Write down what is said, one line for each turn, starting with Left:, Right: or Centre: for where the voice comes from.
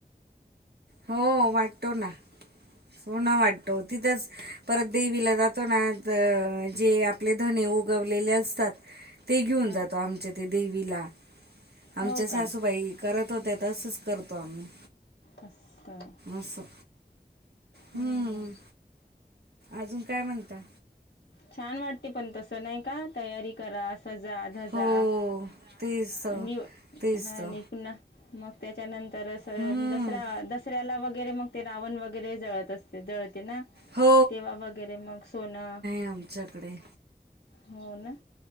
Right: हो वाटतो नां सोनं वाटतो तिथंच. परतं देवीला जातोना जे आपले धने उगवलेले असतांत. ते घेऊंन
Left: ह
Right: जातो आमच्यां ते देवीला. आमच्या
Left: हो
Right: सासूबाई
Left: का
Right: करतं होत्यां तसंच करतो आम्हीं.
Left: असं
Right: असं
Left: हम्म
Right: हम्मं
Left: हम्म.
Right: अजूंन कायं म्हणतां?
Left: छांन वाटते पणं तसं नाहीं कां तयारी? तयारि करां सजां धजां
Right: हो तेच तर
Left: आणि
Right: तेच
Left: हं आणि
Right: तर
Left: पुन्हां मगं त्यांच्यानंतर
Right: हम्म.
Left: दसरा दसऱ्यांला व वगैरें मगं ते रावण वगैरें जळते असते जळते नां
Right: हो
Left: तेव्हां वगैरें मगं सोनं
Right: आमच्यांकडे
Left: हो नां